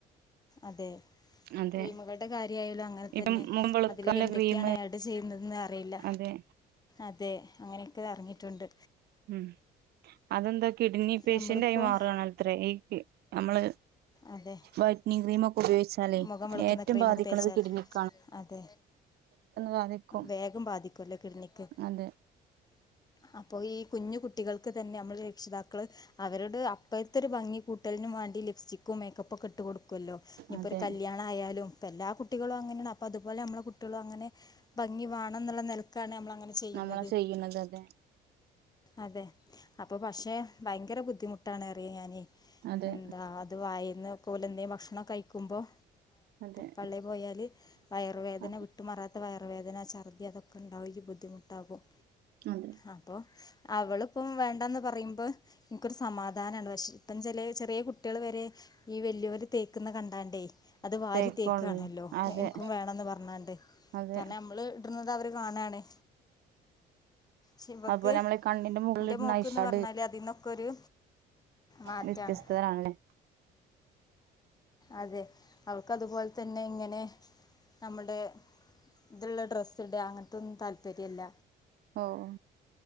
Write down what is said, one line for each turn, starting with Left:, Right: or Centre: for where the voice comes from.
Left: അതെ
Right: അതെ
Left: ക്രീമുകളുടെ കാര്യയാലോ അങ്ങ അങ്ങനെ
Right: ഇപ്പം
Left: തന്നെ
Right: മുഖം വെളുക്കാനുള്ള
Left: അതിലൊക്കെ എന്തൊക്കെയാണ്
Right: ക്രീം
Left: ആഡ് ചെയ്യുന്നത് എന്ന് അറിയില്ല.
Right: അതെ
Left: അതെ അങ്ങനെയൊക്കെ ഇറങ്ങിട്ടുണ്ട്.
Right: ഉം അതെന്താ കിഡ്നി പേഷ്യന്റ്
Left: നമ്മളിപ്പോൾ
Right: ആയി മാറുവാണ് അത്ര ഈ നമ്മള്
Left: അതെ
Right: വൈറ്റ്നിങ്ങ് ക്രീമോക്കെ ഉപയോഗിച്ചാലേ
Left: മുഖം വെളുക്കുന്ന
Right: ഏറ്റവും
Left: ക്രീമൊക്കെ
Right: ബാധിക്കണത്
Left: തേച്ചാൽ
Right: കിഡ്നിക്ക്.
Left: അതെ
Right: ബാധിക്കും
Left: വേഗം ബാധിക്കുല്ലോ കിഡനിക്ക്.
Right: അതെ
Left: <inaudible> അപ്പൊ ഈ കുഞ്ഞു കുട്ടികൾക്ക് തന്നെ നമ്മള് രക്ഷിതാക്കള് അവരോട് അപ്പഴത്തെ ഒരു ഭംഗി കൂട്ട ട്ടലിന് വേണ്ടി ലിപ്സ്റ്റിക്കും മേക്കപ്പൊക്കെ ഇട്ട് കൊടുക്കുവല്ലോ ഇനിയിപ്പോരു
Right: അതെ
Left: കല്യാണ ണം ആയാലും ഇപ്പോ എല്ലാ കുട്ടികളും അങ്ങനെയാണ് അപ്പ അതുപോലെ നമ്മളെ കുട്ടികളും അങ്ങനെ. ഭംഗി വേണം എന്നുള്ള നിലക്കാണ് നമ്മൾ അങ്ങനെ ചെയ്യുന്നത്.
Right: നമ്മളാ ചെയ്യണത് അതെ
Left: അതെ അപ്പൊ പക്ഷെ ഭയങ്കര ബുദ്ധിമുട്ടാണ് അറിയ ഞാനേ.
Right: അതെ
Left: എന്താ അത് വായിന്ന് പോലെ എന്തെലും ഭക്ഷണം ഒക്കെ കഴിക്കുമ്പോൾ
Right: അതെ
Left: പള്ളേ പോയാല് വയറുവേദന
Right: അതെ
Left: വിട്ടുമാറാത്ത വയറുവേദന, ഛർദി അതൊക്കെ ഉണ്ടാവും ഈ ബുദ്ധിമുട്ട് ഉണ്ടാകും.
Right: അതെ.
Left: അപ്പോ അവളിപ്പം വേണ്ടന്ന് പറയുമ്പോ എനിക്കൊരു സമാധാനമാണ് പക്ഷെ ഇപ്പം ചിലേ ചെറിയ കുട്ടികൾ വരെ ഈ വലിയവര് തേക്കുന്നത് കണ്ടാണ്ടേ. അത് വാരി
Right: തേക്കോണ
Left: തേക്കു വാണല്ലോ
Right: അതെ
Left: എനിക്കും വേണമെന്ന് പറഞ്ഞാണ്ട്
Right: അതെ
Left: കാരണം നമ്മള് ഇട്ടുന്നത് അവര് കാണുകാണ്. ശിവക്ക്
Right: അതുപോലെ നമ്മളെ കണ്ണിന്റെ മുകളിലിടുന്ന
Left: എന്റെ മോക്ക്ന്ന്
Right: ഐഷാഡ്
Left: പറഞ്ഞാല് അതിൽ നിന്നൊക്കെ ഒരു മാറ്റാണ്
Right: വ്യത്യസ്തത ആണല്ലേ.
Left: അതെ അവൾക് അതുപോലെ തന്നെ ഇങ്ങനെ നമ്മുടെ ഇതുള്ള ഡ്രസ്സ് ഇടുക അങ്ങനത്തോന്നും താല്പര്യം ഇല്ല.
Right: ഓഹ്